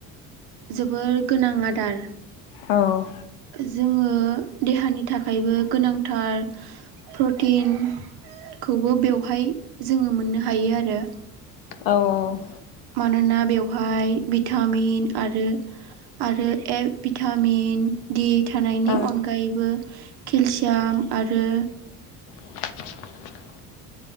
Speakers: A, on the right (about 60°); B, on the left (about 70°).
A: जोबोर गोनां आदार
B: औ
A: जोङो देहानि थाखायबो गोनांथार प्रटिनखौबो बेवहाय जोङो मोननो हायो आरो
B: औ औ
A: मानोना बेवहाय भिटामिन आरो आरो ए भिटामिन दिड थानायनि
B: औ ओं
A: अनगायैबो केलसियाम आरो
B: <inaudible>